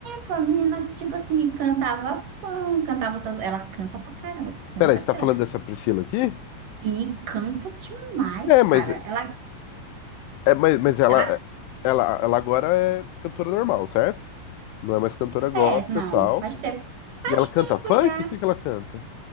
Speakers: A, on the right; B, on the left.
A: Pô, a menina, tipo assim, cantava fã, cantava todas. Ela canta pra caramba, canta
B: peraí, você
A: pra
B: tá
A: caramba.
B: falando dessa Priscila aqui?
A: Sim, canta demais,
B: É,
A: cara.
B: mas
A: Ela,
B: É, mas, mas ela,
A: ela,
B: ela, ela agora é cantora normal, certo? Não é mais cantora gospel
A: é, não,
B: e tal.
A: faz tempo, faz
B: E ela canta
A: tempo
B: funk?
A: já.
B: O que que ela canta?